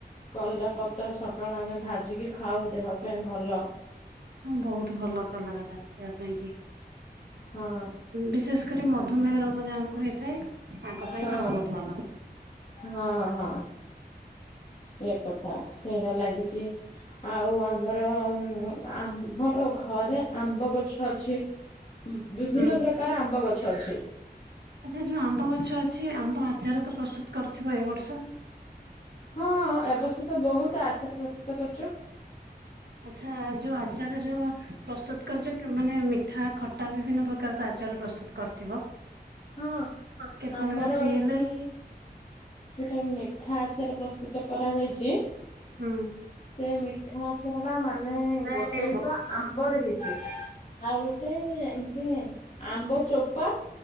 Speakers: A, on the left (about 40°); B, on the right (about 75°).
A: କଲଡ଼ା ପତ୍ର ସକାଳେ ଆମେ ଭାଜିକି ଖାଉ ଦେହ ପାଇଁ ଭଲ
B: ହଁ ବହୁତ ଭଲ କଲର ଟା ଦେହ ପାଇଁ କି।
A: ହଁ।
B: ବିଶେଷ କରି ମଧୁମେହ ରୋଗ ଯାହାଙ୍କୁ ହେଇଥାଏ ତାଙ୍କ ପାଇଁ
A: ହଁ
B: ତ ବହୁତ ଭଲ
A: ହଁ ହଁ ସେ କଥା ସେଇଟା ଲାଗିଛି। ଆଉ ଆମର ଆମର ଘରେ ଆମ୍ବ ଗଛ ଅଛି। - ବିଭିନ୍ନ
B: ହୁଁ
A: ପ୍ରକାର ଆମ୍ବ ଗଛ ଅଛି।
B: ଆସି ଯୋଉ ଆମ୍ବ ଗଛ ଅଛି ଆମ୍ବ ଆଚାର ତ ପ୍ରସ୍ତୁତ କରିଥିବ ଏ ବର୍ଷ।
A: ହଁ ଏବଷତ ବହୁତ ଆଚାର ପ୍ରସ୍ତୁତ କରୁଚୁ।
B: ଆଚ୍ଛା ଯୋଉ ଆଚାର ଯୋଉ ପ୍ରସ୍ତୁତ କରିଚ଼ ମାନେ ମିଠା ଖଟା ବିଭିନ୍ନ ପ୍ରକାର ତ ଆ ପ୍ରଚାର ପ୍ରସ୍ତୁତ କରିଥିବ।
A: ହଁ
B: କେତେବେଳେ
A: ଆମର
B: ଫ୍ରି
A: ଏଠି
B: ହେଲେ
A: ଗୋଟେ ମିଠା ଆଚାର ପ୍ରସ୍ତୁତ କରାଯାଇଚି
B: ହୁଁ।
A: ସେ ମିଠା ଆଚାରଟା ମାନେ
B: ନାଇଁ
A: ଗୋଟେ
B: ହୁଁ
A: ତ ଆମ୍ବରେ ହେଇଛି ଆଉ ଗୋଟେ ଏମିତି ଆମ୍ବ ଚୋପା